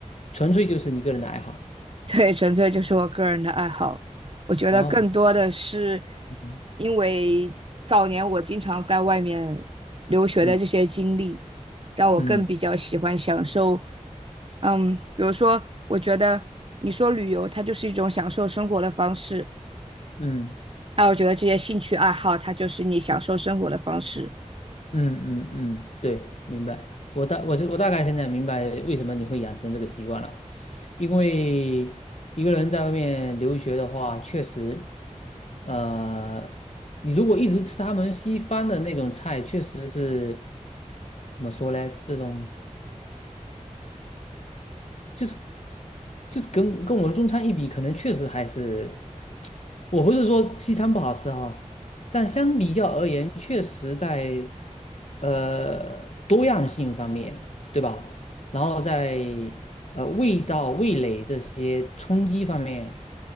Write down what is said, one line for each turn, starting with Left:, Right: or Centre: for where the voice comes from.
Left: 纯粹就是你个人的爱好。
Right: 对，纯粹就是我个人的爱好。我觉得更多的是
Left: 哦，嗯
Right: 因为早年我经常在外面留学的这些经历，
Left: 嗯
Right: 让我更比较喜欢享受。
Left: 嗯
Right: 嗯，比如说，我觉得你说旅游，它就是一种享受生活的方式。
Left: 嗯
Right: 那我觉得这些兴趣爱好，它就是你享受生活的方式。
Left: 嗯嗯嗯，对，明白。我大我我大概现在明白为什么你会养成这个习惯了，因为一个人在外面留学的话，确实，呃，你如果一直吃他们西方的那种菜，确实是怎么说呢？这种就是就是跟跟我们中餐一比，可能确实还是，我不是说西餐不好吃哈，但相比较而言，确实在呃多样性方面，对吧？然后在呃味道、味蕾这些冲击方面，